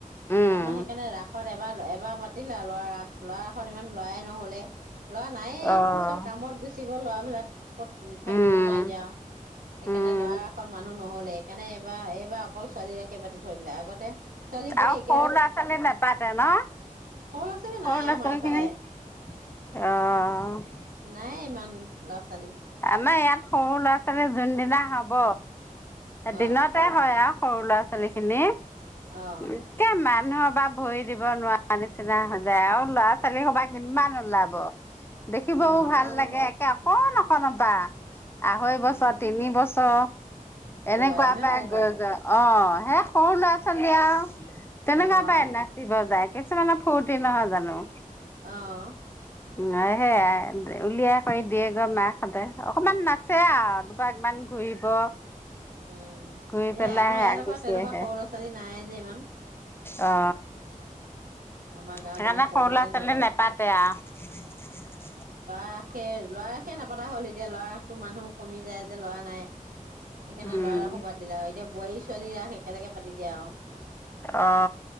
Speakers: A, on the left (about 15°); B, on the right (about 80°).
A: উম।
B: আমাৰ সেইকাৰণে ৰাসত এ এবাৰ এবাৰ পাতিলে আৰু লৰা ৰাস, লৰা ৰাসত ইমান লৰাই নহলে লআ নাই
A: অ'।
B: চব কামত গুচি ল'ৰাবিলাক ক'ত উ থাকিব
A: উম,
B: নোৱাৰি এতিয়া সেইকাৰণে
A: উম
B: লৰাৰ ৰাসত মানুহ নহলে সেইকাৰণে এইবাৰ এইবাৰ অকল ছোৱালী ৰাসে পাতি থৈ দিলে আগতে ছোৱালী বোৱাৰী
A: আৰু
B: একে
A: সৰু ল'ৰা ছোৱালী নেপাতে ন
B: সৰু ল'ৰা ছোৱালী
A: সৰু
B: নাই
A: ল'ৰা
B: আমাৰ
A: ছোৱালী
B: এইফালে,
A: খিনি অ
B: নাই ইমান ল'ৰা ছোৱালী।
A: আমাৰ ইয়াত সৰু ল'ৰা ছোৱালী যোনদিনা হব ব
B: অ'
A: দিনতে হয় আৰু সৰু ল'ৰা -ছোৱালীখিনি উম
B: অ'
A: কে মান মানুহৰ পৰা ভৰি দিব নোৱাৰা নিচিনা হৈ যায় আও ল'ৰা- ছোৱালী স বা কিমান ওলাব দেখিবও
B: অ'
A: ভাল লাগে একে কণ অকন পা আঢ়ৈ
B: অ'
A: বছৰ তিনি বছৰ এনেকুৱা
B: অ' আই ইমান
A: পাই
B: সৰু
A: গৈ গ অ হে সৰু ল'ৰা ছোৱালী আৰু তেনেকা
B: অ'
A: পায় নাচিব যায় কিছুমানৰ ফুৰ্তি নহয় জানো
B: অ'।
A: উম এ হেয়াই উলিওৱা কৰি দিয়েগৈ মাক সঁতে অকমান নাচে আও দুপাকমান ঘূৰিব
B: উম
A: ঘূৰি
B: সেয়া
A: পেলাই
B: আমাৰ ইয়াত
A: সে গুচি
B: আকৌ তেনেকুৱা
A: আহে
B: সৰু ল'ৰা ছোৱালী নাই যে ইমান
A: অ
B: আমাৰ গাঁৱত
A: সেইকাৰণে
B: ইমান
A: সৰু ল'ৰা ছোৱালী
B: নোলায়
A: নেপাতে আহ
B: তাক হেই, লৰা ৰাসে নাপাতা হ'ল এতিয়া লৰা ৰাসটো মানুহ কমি যায় যে লৰা নাই সেইকাৰণে
A: উম
B: ল'ৰা ৰাসো বাদ দিলে আৰু এতিয়া বোৱাৰী ছোৱালী ৰাস একেলগে পাতি দিয়া আৰু
A: অ